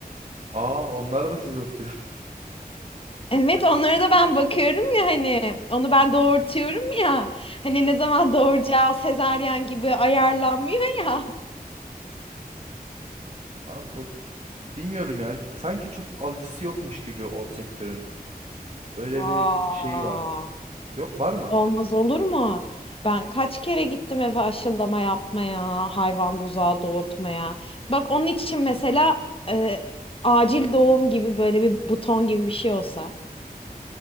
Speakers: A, on the right; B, on the left.
A: Aa onlara da siz bakıyorsunuz.
B: Evet onlara da ben bakıyorum ya hani onu ben doğurtuyorum ya. Hani ne zaman doğuracağı sezaryen gibi ayarlanmıyor ya.
A: <laughs> Abi o, bilmiyorum ya sanki çok alıcısı yokmuş gibi o sektörün. Öyle
B: Aa.
A: bir şey var. Yok var mı?
B: Olmaz olur mu? Ben kaç kere gittim eve aşılama yapmaya, hayvan buzağı doğurtmaya. Bak onun için mesela e, acil doğum gibi böyle bir buton gibi bir şey olsa.